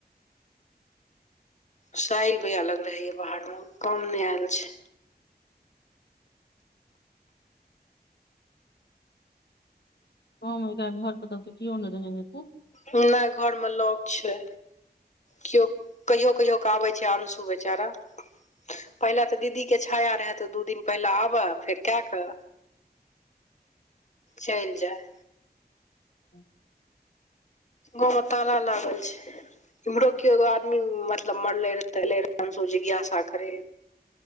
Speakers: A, on the left (about 45°); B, on the left (about 80°).
A: साइल भेया लग रहैए बाहर मे काम नय एल छै
B: गाव मे एकरा घर पर तऽ केउ नइ रहै हेते
A: नई घर मे लोक छै कियो कहियो कहियो क आबै छै आंशू बेचारा पहिल तऽ दीदी के छाया रेहा तऽ दू दिन पहिले आबए फेर कए कऽ चइल जाइ
B: हं
A: गाँव में ताला लागल छै इम्हरो के एगो आदमी मतलब मरले रह तले रहंस जिज्ञासा करे